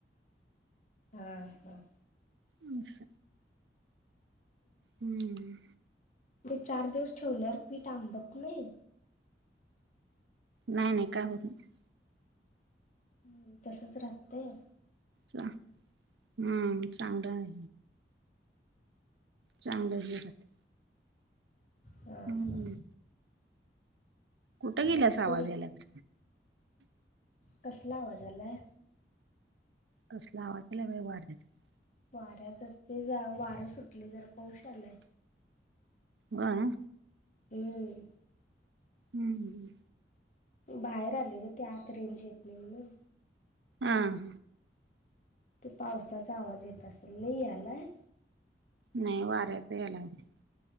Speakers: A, on the left; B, on the right.
A: हां हां.
B: अंस्. हम्म.
A: ते चार दिवस ठेवल्यावर पीठ आंबत नइ?
B: नाय, नाय, काय होत नाय.
A: हं तसंच राहत्तय?
B: चा हम्म चांगलं हाय. चांगलं हे राहतय.
A: हा
B: हम्म्म.
A: हा
B: कुटं गेल्यास
A: बघतो
B: आवाज
A: घे
B: यालाच?
A: कसला आवाज आलाय?
B: तसला आवाज लई बई वाडत्यात. <unintelligible>
A: वाऱ्याच ते जा वारं सुटलय, जरा पाऊशयालाय.
B: वंय?
A: अम्म्.
B: हंहंहं.
A: भायेर आलेग ते आत रेंज येत नई म्हणून.
B: आं.
A: ते पावसाचा आवाज येत असल लई यालाय?
B: नई वाऱ्याचा यालागलाय.